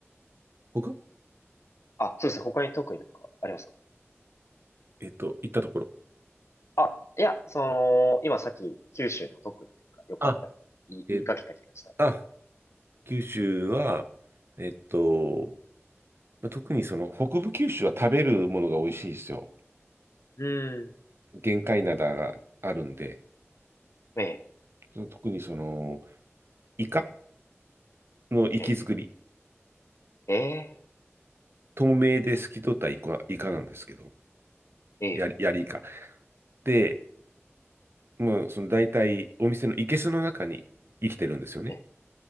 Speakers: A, on the right; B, on the left.
A: 他
B: あ、そうですね。他に特になんかありますか
A: えっと、行ったところ。
B: あ、いや、その、今さっき九州の特になんか良かったみたいな言い、
A: あ、え、
B: 言いかけた気がした。
A: あ、九州は、えっと、まあ特にその北部九州は食べるものが美味しいですよ。
B: うん。
A: 玄界灘があるんで、
B: ええ、
A: その特にその、イカの活き造り、
B: ええ、ええ、
A: 透明で透き通ったイカ、イカなんですけど、
B: ええ、
A: やり、やりイカ。で、もうその大体お店の生けすの中に生きてるんですよね。
B: ええ、